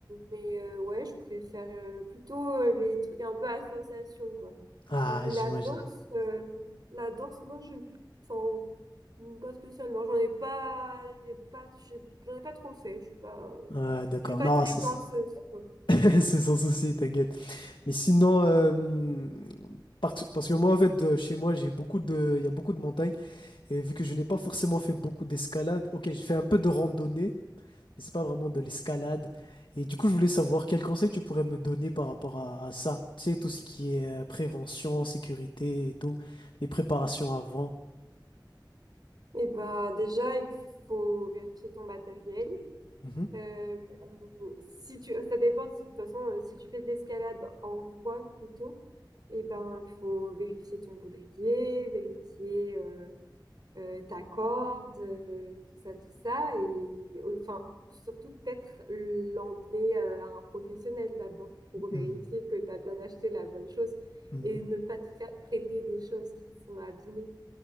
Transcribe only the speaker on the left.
Ah,
j'imagine.
Ah, d'accord.
Non,
c'est
ça.
<laughs> C'est sans souci, t'inquiète. Mais sinon, euh, parce, parce que moi, en fait, de- chez moi, j'ai beaucoup de, il y a beaucoup de montagnes. Et vu que je n'ai pas forcément fait beaucoup d'escalade, ok, j'ai fait un peu de randonnée, mais c'est pas vraiment de l'escalade. Et du coup, je voulais savoir quel conseil tu pourrais me donner par rapport à, à ça. Tu sais, tout ce qui est euh, prévention, sécurité et tout, les préparations avant.
Mhm,
mhm,
mhm.